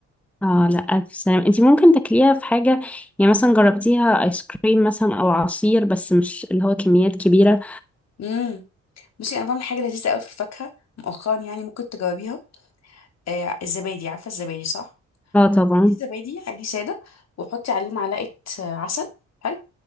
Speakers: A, in the centre; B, on the left.
A: اه لا الف سلام انت ممكن تاكليها في حاجة يعني مثلا جربتيها ايس كريم مثلا او عصير بس مش اللي هو كميات كبيرة
B: امم بصي انا بعمل حاجه لذيذه قوي في الفاكهه مؤخرا يعني ممكن تجاوبيها آه الزبادي عارفه الزبادي صح
A: اه طبعا
B: في زبادي عادي ساده وحطي عليه معلقه آه، عسل حلو